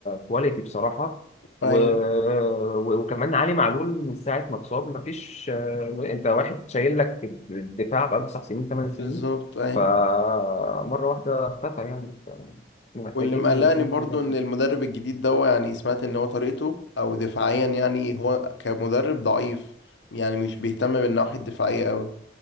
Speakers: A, on the left; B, on the left.
A: كواليتي بصراحه و...
B: ايوه
A: و... وكمان علي معلول من ساعه ما اتصاب ما فيش آه، انت واحد شايل لك الدفاع بقاله تسع سنين ثمان سنين
B: بالظبط ايوه
A: فمره واحده اختفى يعني ف- محتاجين
B: واللي مقلقني
A: يكون
B: برضو
A: في بقى-
B: ان المدرب الجديد ده يعني سمعت ان هو طريقته او دفاعيا يعني هو كمدرب ضعيف يعني مش بيهتم بالناحيه الدفاعيه قوي